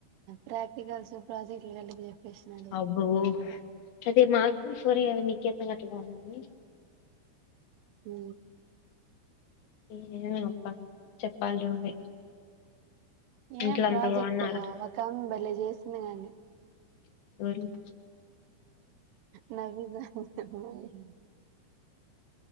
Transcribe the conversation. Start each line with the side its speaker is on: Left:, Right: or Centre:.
Right: ప్రాక్టికల్స్ ప్రాజెక్ట్లు కలిపి చెప్పేసినాలే
Left: అబ్బో అదే మాకు కొరాల మీకు ఎతున గట్టలా <unintelligible>
Right: ఉ
Left: ఏ అప్పా చెప్పాలి నువ్వే
Right: ఏం
Left: ఇంట్లో
Right: ప్రాజెక్ట్
Left: అంతా బాగున్నారా
Right: ఒక ఆమె బలే చేసింది కాని
Left: <unintelligible>
Right: నావి <inaudible>